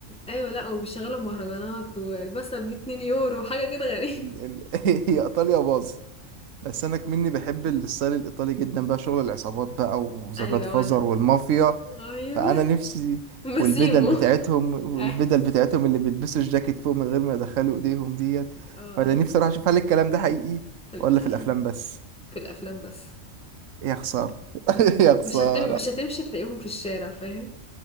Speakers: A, in the centre; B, on the right.
A: ايوه لا وبيشغلوا مهرجانات والبصل ب 2 يورو حاجة كده غريبة
B: ال ال <laughs> هي إيطاليا باظت بس انا كمني بحب
A: <laughs>
B: الستايل الايطالي جدا بقى شغل العصابات بقى وذا
A: ايوه
B: جاد فازر
A: وانا
B: والمافيا
A: ايوه
B: فانا نفسي
A: بسيمو
B: والبدل بتاعتهم
A: <laughs>
B: والبدل
A: اه
B: بتاعتهم اللي بيلبسوا الجاكيت فوق من غير ما يدخلوا ايديهم ديت
A: آه.
B: فانا نفسي اروح اشوف هل الكلام ده حقيقي
A: في ال-
B: ولا في الافلام بس
A: في الافلام بس
B: يا خساره <laughs> يا خساره
A: مش هتم مش هتمشي تلاقيهم في الشارع فاهم